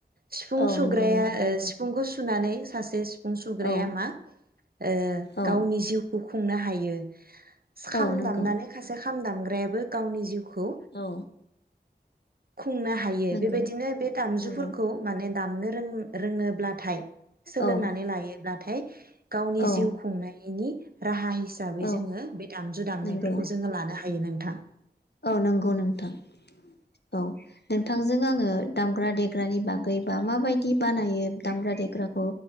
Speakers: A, on the right; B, on the left.
A: सिफुं
B: औ
A: सुग्राया
B: नंगौ नोंथां
A: ओ सिफुंखौ सु सुनानै सासे सिफु सिफुं सुग्राया
B: औ
A: मा ओ
B: औ
A: गावनि जिउ खौ खुंनो हायो। खाम
B: औ नंगौ
A: दामनानै खासे खाम दामग्रायाबो गावनि जिउखौ खौ
B: औ
A: खुंनो हायो
B: नंगौ
A: बेबायदिनो बे दामजुफोरखौ
B: नंगौ
A: माने दामनो रों रोङोब्लाथाय सोलोंनानै
B: औ
A: लायोब्लाथाय गावनि
B: औ
A: जिउ खुंनायनि राहा सि हिसाबै
B: औ
A: जोङो बे दामजु दामनायफोरखौ
B: नंगौ
A: जोङो लानो हायो नों थां
B: औ नंगौ नोंथां औ नोंथांजों आङो दामग्रा-देग्रानि बागै बा माबायदि बानायो दामग्रा-देग्राखौ